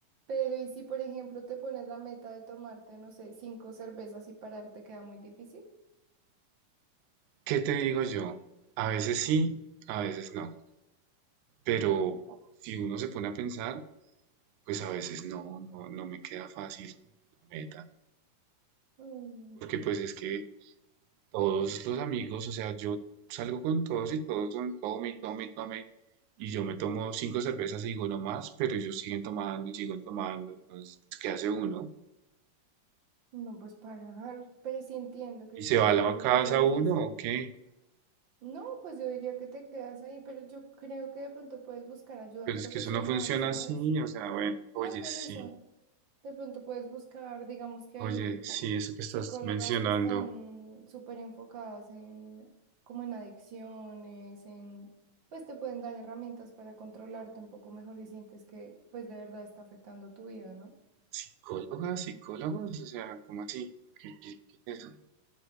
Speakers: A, on the right (about 45°); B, on the right (about 75°).
A: Pero ¿y si por ejemplo te pones la meta de tomarte, no sé, cinco cervezas y pararte queda muy difícil?
B: ¿Qué te digo yo? A veces sí, a veces no. Pero si uno se pone a pensar, pues a veces no, no, no me queda fácil cumplir la meta.
A: Mm,
B: Porque pues es que Todos los amigos, o sea, yo salgo con todos y todos son tome y tome y tome. Y yo me tomo cinco cervezas y digo no más, pero ellos siguen tomando y siguen tomando. Entonces, pues, ¿qué hace uno?
A: no, pues parar, pero sí entiendo que
B: ¿Y se
A: puede
B: va
A: ser
B: a la
A: un poquito
B: casa
A: difícil.
B: uno o qué?
A: No, pues yo diría que te quedas ahí, pero yo creo que de pronto puedes buscar ayuda
B: Pero
A: profesional,
B: es que eso no funciona
A: ¿sabes?
B: así. O sea, bueno, oye,
A: No, por
B: sí,
A: eso. De pronto puedes buscar, digamos que hay
B: oye, sí, eso que estás
A: psicólogas
B: mencionando.
A: que están súper enfocadas en, como en adicciones, en, pues te pueden dar herramientas para controlarte un poco mejor si sientes que, pues de verdad está afectando tu vida, ¿no?
B: ¿Psicólogas, psicólogos? O sea, ¿cómo así? ¿Qué, qué- qué es eso?